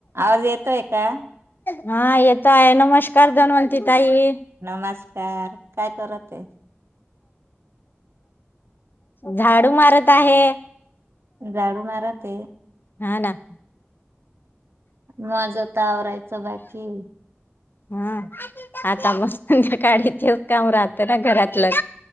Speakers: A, on the right (about 65°); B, on the left (about 50°).
A: आवाज येतोय का?
B: हा येतो आहे नमस्कार दनवती ताई.
A: नमस् कार काय करत हे.
B: झाडू मारत आहे.
A: झाडू मारा ते!
B: हा ना. !
A: मज तर आवरायचं बाकी ही.
B: हा आता मग संध्याकाळी तेच काम राहतं ना घरातलंच.